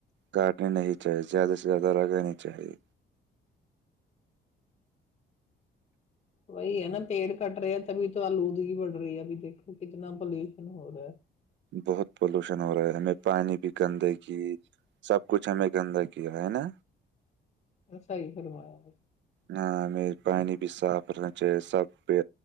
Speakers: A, on the right (about 65°); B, on the left (about 35°).
A: کاٹنی نہیں چاہیے زیادہ سے زیادہ رگنا نہیں چاہیے
B: ہ بی ہے نا پیڑ کٹ رہے ہے تبھی تو آل اودگی بڑ رہی ہے ب دیکھو کتنا پولوشن ہو رہا ہے
A: بہت پولوشن ہو رہا ہے ہمیں پانی بھی گندے کی سب کچھ ہمیں کے اندر کیا ہے نا
B: صحی فرمایا
A: ہاں م پانی بھی صاف رنا چاہیے سب پہ